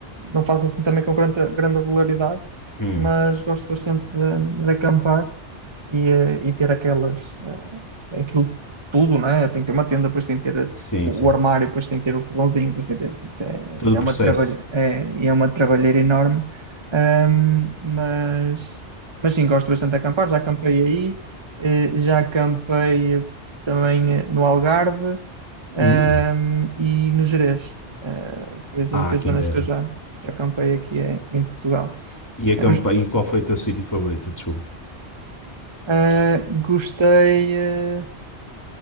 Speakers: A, on the right (about 25°); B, on the left (about 15°).
A: Não faço assim também com grande, grande regularidade,
B: Hum,
A: mas gosto bastante de, de acampar. e, eh, e ter aquelas, eh, aquilo tudo, né? Tem que ter uma tenda, depois tem que ter eh,
B: sim,
A: o
B: sim.
A: o armário, depois tem que ter o fogãozinho, depois tem que ter. É,
B: Todo
A: é
B: o processo.
A: uma trabalha, é, é uma trabalheira enorme, Ahm, mas, mas sim, gosto bastante de acampar. Já acampei aí, eh, já acampei também eh, no Algarve, ahm,
B: Hum,
A: e no Gerês. Ah, foi as únicas
B: ah, que
A: zonas
B: inveja.
A: que eu já, já acampei aqui eh, em Portugal.
B: E, acampa
A: Eh, os-
B: e qual foi o teu sítio favorito? Desculpa.
A: ah, gostei. eh,